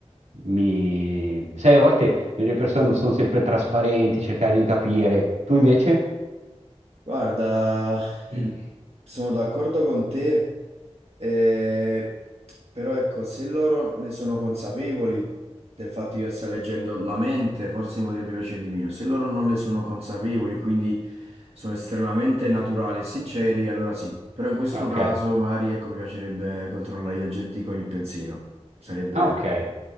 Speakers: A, on the right (about 85°); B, on the right (about 60°).
A: mi- sai, a volte le persone non sono sempre trasparenti, cercare di capire. Tu invece?
B: Guarda, in-
A: Mm.
B: sono d'accordo con te, eh, però ecco, se loro ne sono consapevoli del fatto che io stia leggendo la mente, forse mi potrebbe piacere di meno. Se loro non ne sono consapevoli, e quindi sono estremamente naturali e sinceri, allora sì. Però in questo
A: Ok.
B: caso magari ecco, mi piacerebbe controllare gli oggetti con il pensiero. Sarebbe...
A: Ah, ok.